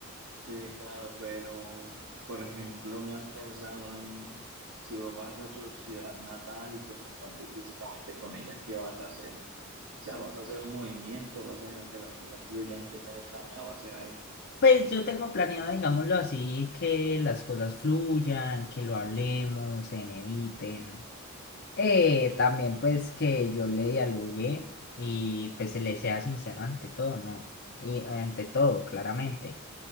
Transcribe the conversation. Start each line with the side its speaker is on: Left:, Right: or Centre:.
Right: Sí, claro, pero por ejemplo, ¿no has pensado en si vos vas a su ciudad natal y pues compartir físicamente con ella, qué vas a hacer? O sea, ¿vas a hacer un movimiento? ¿Vas a dejar que las cosas fluyan? ¿Qué tienes planeado hacer ahí?
Left: Pues yo tengo planeado, digámoslo así, que las cosas fluyan, que lo hablemos, se mediten. Eh, también pues que yo le dialogué y pues se le sea sincero ante todo, ¿no? Y ante todo, claramente.